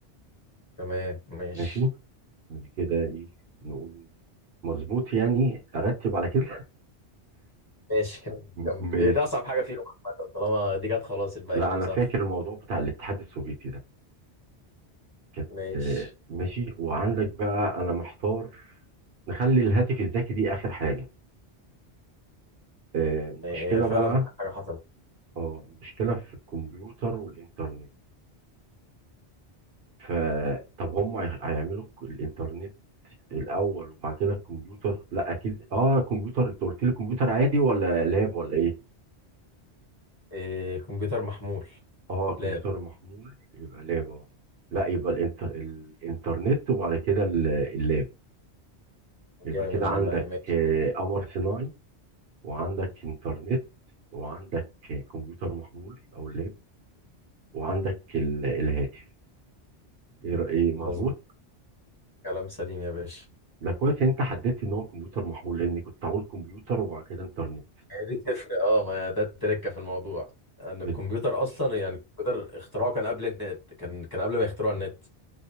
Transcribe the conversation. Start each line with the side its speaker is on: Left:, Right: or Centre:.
Left: تمام ماشي
Right: ماشي بعد كده ايه نقول مظبوط يعني ارتب على كده
Left: ماشي كمل
Right: <laughs>
Left: كمل
Right: ماشي
Left: هي دي اصعب حاجه فيهم عامه طالما دي جت خلاص الباقي
Right: لا
Left: كله
Right: انا
Left: سهل
Right: فاكر الموضوع بتاع الاتحاد السوفيتي ده كانت
Left: ماشي
Right: آه، ماشي وعندك بقى انا محتار نخلي الهاتف الذكي دي اخر حاجه آه، المشكله
Left: هي فعلا
Right: بقى
Left: أحلى حاجه حصلت
Right: اه المشكله في الكمبيوتر والانترنت فطب هم هي- هيعملوا ك- الانترنت الاول وبعد كده الكمبيوتر لا اكيد اه كمبيوتر انت قلت لي كمبيوتر عادي ولا لاب ولا ايه
Left: إيه كمبيوتر محمول
Right: اه كمبيوتر
Left: لاب
Right: محمول يبقى لاب اه لا يبقى الانت... الانترنت وبعد كده ال- اللاب يبقى
Left: جامد
Right: كده
Left: والله
Right: عندك
Left: ماشي
Right: آه، قمر صناعي وعندك انترنت وعندك آه، كمبيوتر محمول او لاب وعندك ال- الهاتف ايه رأ- إيه مظبوط
Left: مظبوط كلام سليم يا باشا
Right: ده كويس إن انت حددت ان هو كمبيوتر محمول لان كنت هقول كمبيوتر وبعد كده انترنت
Left: هي دي تفرق اه ما ده التركه في الموضوع ان
Right: بال-
Left: الكمبيوتر اصلا يعني الكمبيوتر اختراعه كان قبل النت كان كان قبل ما يخترعوا النت